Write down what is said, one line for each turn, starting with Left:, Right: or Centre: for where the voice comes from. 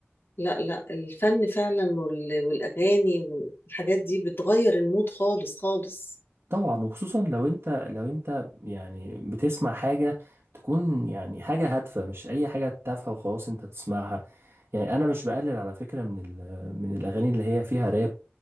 Left: لا لا الفن فعلا وال- والاغاني والحاجات دي بتغير المود خالص خالص
Right: طبعا وخصوصا لو انت لو انت يعني بتسمع حاجة تكون يعني حاجة هادفة مش أي حاجة تافهة وخلاص انت بتسمعها يعني انا مش بقلل على فكرة من ال- من الاغاني اللي هي فيها راب